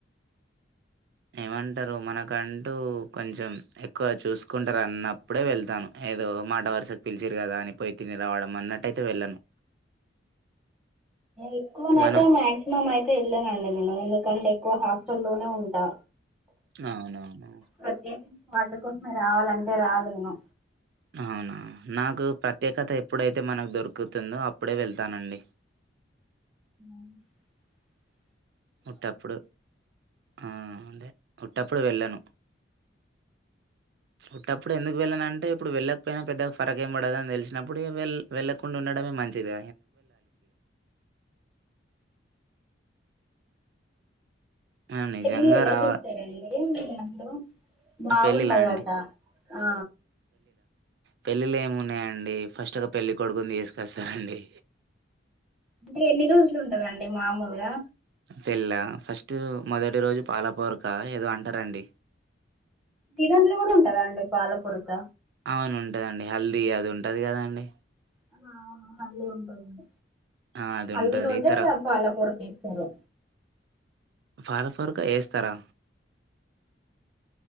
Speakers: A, on the right; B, in the centre.
A: ఏమంటారు మనకంటూ కొంచెం ఎక్కువ చూసుకుంటారు అన్నప్పుడే వెళ్తాను ఏదో మాట వరుసకు పిలిచరు కదా అని పోయి తిని రావడం అన్నటైతే వెళ్ళను
B: ఎక్కువనైతే
A: మనం
B: మాక్సిమం అయితే వెళ్ళానండి నేను ఎందుకంటే ఎక్కువ హాస్టల్లో లో ఉంటా
A: అవునవును
B: ప్రత్యేకించి వాటి కోసమే రావాలంటే రాలేను
A: అవునా నాకు ప్రత్యేకత ఎప్పుడైతే మనకు దొరుకుం ఎక్కుతుందో అప్పుడే వెళ్తానండి
B: అ
A: ఉటప్పుడు అదే ఉటప్పుడు వెళ్ళాను ఉత్తపుడు ఎందుకు వెళ్ళన అంటే ఇప్పుడు వెళ్ళకపోయినా పెద్దగా ఫరక ఏం పడదు అని తెలిసినప్పుడు వెళ్ వెళ్ళకుండా ఉండడం మే మంచిది మనం నిజంగా
B: పెళ్ళిళ్ళ ఎలా
A: రావ
B: చేస్తారండి మీ దాంట్లో బాగుంటదట
A: పెళ్ళిలా అండి?
B: ఆ
A: పెళ్ళిళ్ళ ఏమున్నాయండి ఫస్ట్ ఒక పెళ్ళి కొడుకుని తీసుకొస్తారండి
B: అంటే ఎన్ని రోజులు ఉంటాదండి మామూలుగా
A: పెళ్లా ఫస్ట్ మొదటి రోజు పాలపూరక ఏదో అంటారండి
B: తినట్లు కూడా ఉంటదండి పాలపొరత
A: అవును ఉంటుదండి హల్దీ అది ఉంటంది కదండి
B: అ అళ ఉంటంది
A: ఆ! అది
B: హల్ది
A: ఉంటది.
B: రోజే
A: తర
B: ఇక పాలపుర తీస్తారు
A: పాలపూరక వేస్తారా